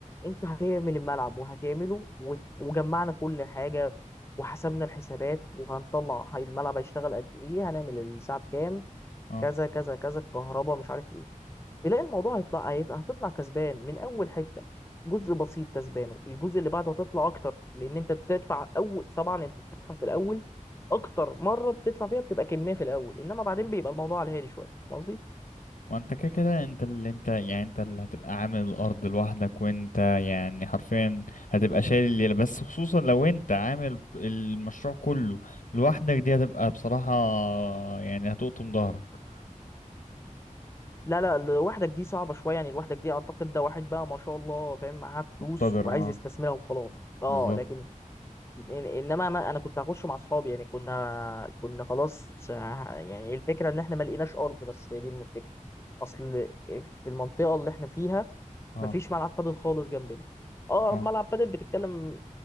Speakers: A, on the left; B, on the left.
A: انت هتعمل الملعب وهتعمله وت- وجمعنا كل حاجه وحسبنا الحسابات وهنطلع هي الملعب هيشتغل قد ايه هنعمل الساعه بكام
B: اه
A: كذا كذا كذا الكهرباء مش عارف ايه. تلاقي الموضوع هيطلع هيت- هتطلع كسبان من اول حته جزء بسيط كسبانه الجزء اللي بعده هتطلع اكتر لان انت بتدفع اول طبعا انت بتدفع في الاول اكتر مره بتدفع فيها بتبقى كميه في الاول انما بعدين بيبقى الموضوع على الهادي شويه فاهم قصدي
B: ما انت كده كده انت اللي انت يعني انت اللي هتبقى عامل الارض لوحدك وانت يعني حرفيا هتبقى شايل الليلة بس خصوصا لو انت عامل المشروع كله لوحدك دي هتبقى بصراحة يعني هتقطم ظهرك
A: لا لا لوحدك دي صعبه شويه يعني لوحدك دي اعتقد ده واحد بقى ما شاء الله فاهم معاه فلوس
B: مقتدر
A: وعايز
B: اه
A: يستثمرها وخلاص اه
B: بالظبط
A: لكن يعني انما ما انا كنت هخش مع اصحابي يعني كنا كنا خلاص ه- يعني الفكره ان احنا ما لقيناش ارض بس هي دي الفكره اصل في المنطقه اللي احنا فيها
B: اه
A: ما فيش ملعب بادل خالص جنبنا اقرب
B: اه
A: ملعب بادل بتتكلم